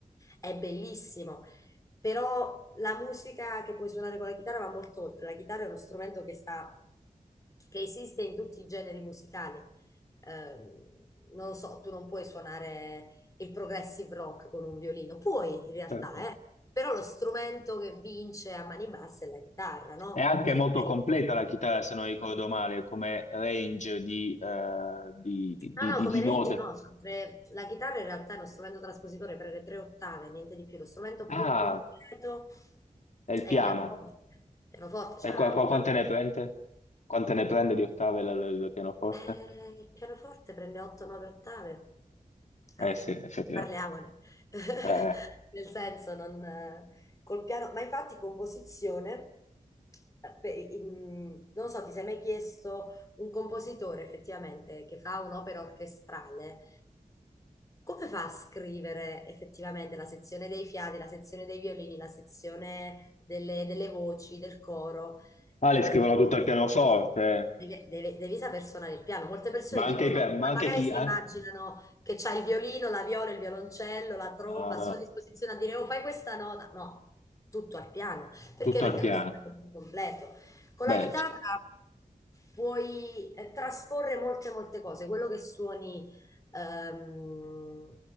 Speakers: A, on the left; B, on the left.
A: è bellissimo. Però la musica che puoi suonare con la chitarra va molto oltre. La chitarra è uno strumento che sta, che esiste in tutti i generi musicali. Ehm, non lo so, tu non puoi suonare il progressive rock con un violino. Puoi in realtà,
B: certo.
A: eh. Però lo strumento che vince a mani basse è la chitarra, no?
B: È anche
A: La chitarra
B: molto completa
A: è
B: la chitarra, se non ricordo male, come range di, eh, di di-
A: No,
B: di-
A: no, come
B: di
A: range
B: note.
A: no, scopre- la chitarra in realtà è uno strumento traspositore per le tre ottave, niente di più. Lo strumento
B: Ah,
A: più completo
B: è il
A: è
B: piano.
A: il pianoforte. Il pianoforte
B: E
A: c'ha
B: qua, qua
A: ottave.
B: quante ne prende? Quante ne prende di ottave la- la- il pianoforte?
A: Eh, il pianoforte prende 8-9 ottave.
B: Eh
A: Eh,
B: sì, effettivamente.
A: parliamone. <laughs>
B: Eh.
A: Nel senso, non, eh, col piano, ma infatti composizione, eh, pe- in- non so, ti sei mai chiesto un compositore effettivamente che fa un'opera orchestrale? Come fa a scrivere effettivamente la sezione dei fiati, la sezione dei violini, la sezione delle, delle voci, del coro?
B: Ah,
A: Devi
B: le scrivono
A: saper
B: tutto
A: fare.
B: al pianoforte, eh.
A: Devi, devi- devi saper suonare il piano. Molte persone
B: ma anche,
A: dicono,
B: i pe-
A: ma
B: ma anche
A: magari
B: chi...
A: si
B: an-
A: immaginano che c'hai il violino, la viola, il violoncello, la tromba,
B: No, no,
A: sono
B: no,
A: a sua disposizione a dire, oh, fai questa nota. No, tutto al piano. Perché?
B: tutto
A: Perché
B: al piano.
A: è lo strumento più completo. Con
B: Beh,
A: la chitarra
B: c-
A: puoi eh, trasporre molte, molte cose. Quello che suoni ehm,